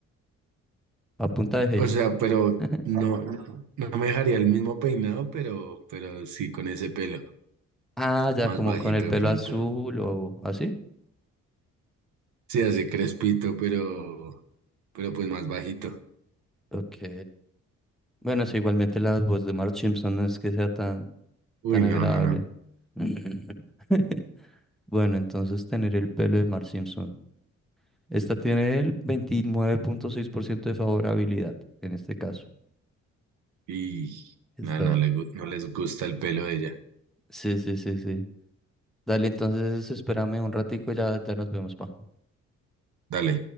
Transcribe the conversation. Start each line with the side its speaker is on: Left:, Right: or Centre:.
Centre: A punta de gel.
Right: O sea, pero
Centre: <laughs>
Right: no, no, no me dejaría el mismo peinado, pero, pero sí con ese pelo,
Centre: Ah, ya
Right: más
Centre: como
Right: bajito
Centre: con el pelo
Right: de pronto.
Centre: azul o así.
Right: Sí, así crespito, pero, pero pues más bajito.
Centre: Ok. Bueno, sí, igualmente la voz de Marge Simpson no es que sea tan,
Right: Uy,
Centre: tan
Right: no,
Centre: agradable.
Right: no, no.
Centre: <laughs> Bueno, entonces tener el pelo de Marge Simpson. Esta tiene el veintinueve punto seis por ciento de favorabilidad en este caso.
Right: Y
Centre: Esta,
Right: no, no, le, gu- no les gusta el pelo de ella.
Centre: sí, sí, sí, sí. Dale, entonces espérame un ratico ya, ya nos vemos, pa.
Right: Dale.